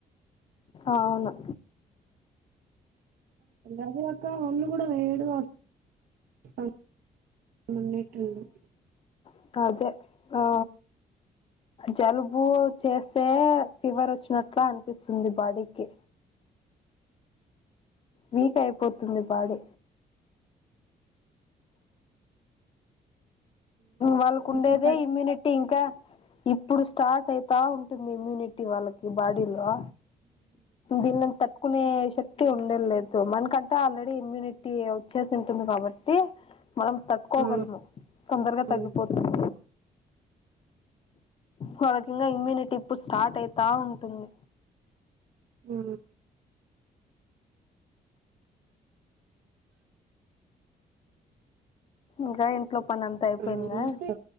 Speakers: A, on the left (about 40°); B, on the right (about 80°).
A: అవును
B: అదికాక ఒళ్ళు కూడా వేడిగా వ అవును ఉన్నట్టుండి
A: ఇంకా అదే ఆ జలుబు చేస్తే ఫీవర్ వచ్చినట్లా అనిపిస్తుంది బాడీకి. వీక్ అయిపోతుంది బాడీ. వాళ్ళకు ఉండేదే
B: ఒక థర్
A: ఇమ్యూనిటీ అంటే ఇంకా ఇప్పుడు స్టార్ట్ అయితా ఉంటుంది ఇమ్యూనిటీ వాళ్ళకి బాడీలో. దీనిని తట్టుకునే శక్తి ఉండల్లేదు మనకంటే ఆల్రెడీ ఇమ్యూనిటీ టీ వచ్చేసి ఉంటుంది కాబట్టి మనం తట్టుకోగలము.
B: ఆ
A: తొందరగా
B: ఆ
A: తగ్గిపోతుంది. మనకున్న ఇమ్యూనిటీ ఇప్పుడు స్టార్ట్ అవుతా ఉంటుంది.
B: మ్
A: ఇక ఇంట్లో పని అంతా అయిపోయిందా?
B: ఆ అంతే